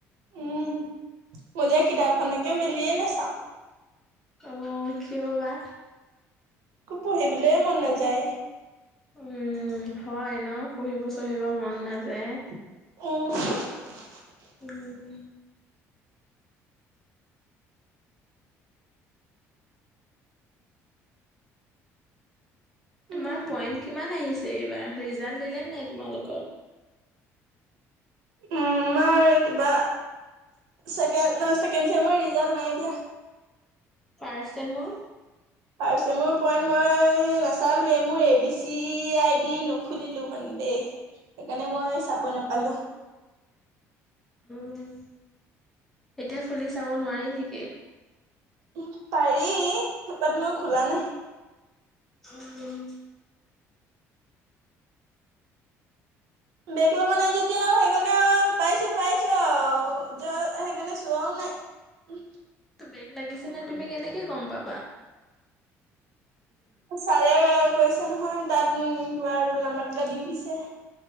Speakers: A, on the right; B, in the centre.
A: উম মই যে কিতাপখনকে মেলিয়ে নাচাওঁ।
B: অঁ, কিয় বা।
A: একো পঢ়িবলৈ মন নাযায়।
B: উম, হয় ন পঢ়িব চঢ়িব মন নাযায়।
A: অ'
B: উম
A: উম
B: তোমাৰ পইণ্ট কিমান আহিছে এইবাৰ ৰিজাল্ট দিলে নাই তোমালোকৰ।
A: উম আমাৰ কিবা, চেকেণ্ড-চেকেণ্ড চেমৰ ৰিজাল্ট নাই দিয়া।
B: ফাৰ্ষ্ট ছেমৰ
A: ফাৰ্ষ্ট ছেমৰ পইণ্ট মই নাচালোঁ এ, মোৰ A B C I D নোখুলিলো মানে দেই, সেইকাৰণে মই চাব নাপালোঁ।
B: উম, এতিয়া খুলি চাব নোৱাৰি নেকি।
A: উম, পাৰি <unintelligible> মই খোলা নাই।
B: উম
A: বেক লগা নাই যেতিয়া সেইকাৰণে আৰু পাইছো-পাইছো আৰু। যোৱা সেইকাৰণে চোৱাও নাই।
B: টো বেক লাগিছে নে তুমি কেনেকে গম পাবা।
A: চাৰে কৈছে নহয় তাত কিবা ৰোল নাম্বাৰ কেইটা দি দিছে